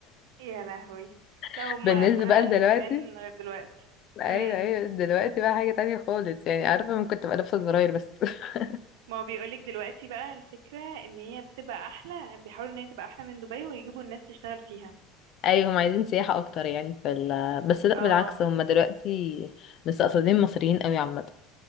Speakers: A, on the right; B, on the left.
A: يا لهوي
B: <laughs>
A: لا هما
B: بالنسبة
A: فعلا
B: بقى لدلوقتي
A: زمان غير دلوقتي
B: ايوه
A: امم
B: ايوه دلوقتي بقى حاجة تانية خالص يعني عارفة ممكن تبقى لابسة زراير بس <laughs>
A: ما هو بيقولك دلوقتي بقى الفكرة ان هي بتبقى احلى بيحاولوا ان هي تبقى احلى من دبي ويجيبوا الناس تشتغل فيها
B: ايوه هم عايزين سياحة اكتر يعني في ال... بس لا
A: اه
B: بالعكس هم دلوقتي مستقصدين مصريين قوي عامة